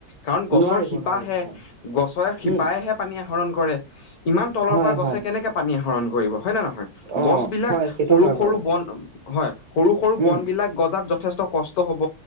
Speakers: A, on the left; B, on the right.
A: কাৰণ গছৰ
B: নোৱাৰিব
A: শিপাহে
B: নোৱাৰিব হয়
A: গছৰ শিপাইহে
B: উম
A: পানী আহৰণ কৰে। ইমান তলৰ
B: হয়
A: পৰা গছে
B: হয়
A: কেনেকে পানী আহৰণ কৰিব, হয়নে নহয়?
B: অ',
A: গছবিলাক
B: হয় সেইটো
A: সৰু
B: হয়
A: সৰু
B: বাৰু
A: বন হয়, সৰু সৰু
B: উম,
A: বন বিলাক গজাত য যথেষ্ট কষ্ট হ'ব।